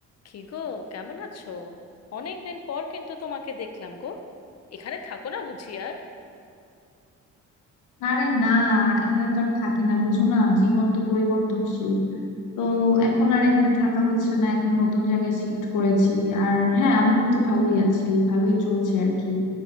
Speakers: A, on the left; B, on the left.
A: কি গো কেমন আছো অনেকদিন পর কিন্তু তোমাকে দেখলাম গো এখানে থাকো না বুঝি আর
B: আরে না এখানে তো আর থাকি না বুঝো না জীবন তো পরিবর্তনশীল তো এখন আর এখানে থাকা হচ্ছে না এখন নতুন জায়গায় শিফট করেছি আর হ্যাঁ আমি কিন্তু ভালোই আছি ভালোই চলছে আর কি